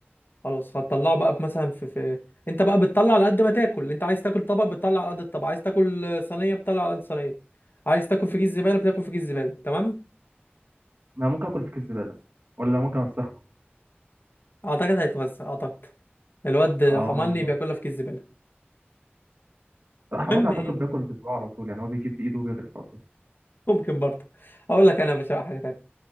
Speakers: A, on the left; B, on the right.
A: خلاص هتطلعه بقى في مثلا في, في انت بقى بتطلع على قد ما تاكل انت عايز تاكل طبق بتطلع على قد الطبق عايز تاكل صينيه بتطلع على قد الصينيه عايز تاكل في كيس زباله بتاكل في كيس زباله تمام
B: ما ممكن اكل في كيس زباله ولا ممكن اوسخه
A: اعتقد هيتوزع اعتقد الواد
B: اه
A: حماني بياكلها في كيس زباله
B: لا
A: المهم
B: حماني اعتقد
A: ايه
B: بياكل بصباعه على طول يعني هو بيجيب بايده وبيغرف على طول
A: ممكن برضه اقول لك انا يا باشا حاجه تانية